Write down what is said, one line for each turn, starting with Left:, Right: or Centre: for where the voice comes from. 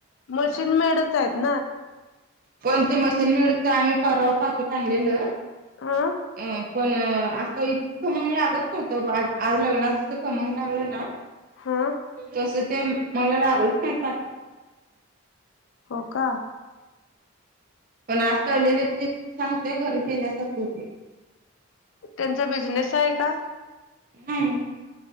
Left: मशीन मेडच आहेत ना.
Right: कोणती मशीन मिळते आम्ही परवा पाकिट आणल्याल.
Left: ह
Right: अ पण असं इ- खमंग लागत नव्हतं बाळ आज लग्ना जसं खमंगग लागलं ना
Left: हो!
Right: तस ते मला लागलं नाही ताक.
Left: हो का.
Right: पण आज तळलेले ते इतके छान होते घरी गेल्यासारखे होते.
Left: त्यंचा बिजनेस आहे का?
Right: नाही!